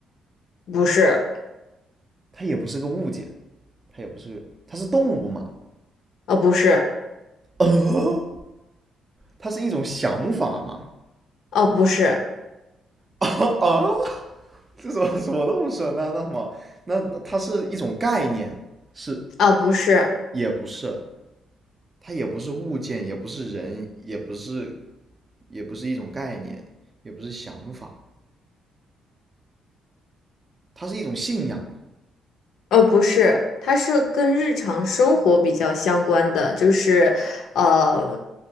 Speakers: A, on the left; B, on the right.
A: 不是，
B: 它也不是个物件，它也不是个，它是动物吗？
A: 呃、不是，
B: 呃，它是一种想法吗？
A: 呃、不是，
B: <laughs> 啊啊这什么什么都不是。那那什么，那那它是一种概念，是
A: 呃、不是，
B: 也不是？它也不是物件，也不是人，也不是，也不是一种概念，也不是想法，它是一种信仰。
A: 呃、不是，它是跟日常生活比较相关的，就是呃，